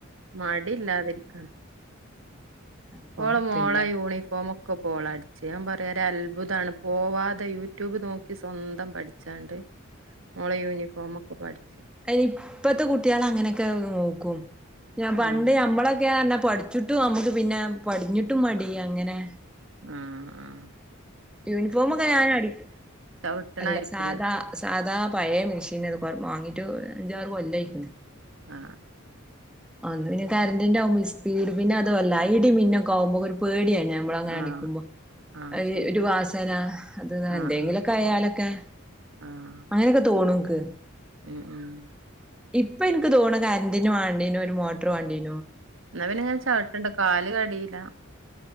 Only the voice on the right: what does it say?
മടി ഇല്ലാതിരിക്ക
ഓൾടെ മോളെ
ഊ ളിഫോമൊക്കെ ഒക്കെ പോളാടുത്തു പറയാ ഒരൽഭു തമാണെ പോവാതെ യൂ ട്യൂബ് നോക്കി സ്വന്തം പടിച് ചാണ്ടേ ഓളെ യൂണിഫോമൊക്കെ പഠി
ഉം
ആാ
ചവിട്ടണായിരിക്കൂലേ
ആ
ആഹ്
ആഹ് ശരി
ആഹ് ആഹ്
ആഹ്
ഉം ഉം
ന്നാ ങ്ങനെ ചവിട്ടണ്ട കാൽ കടീലാ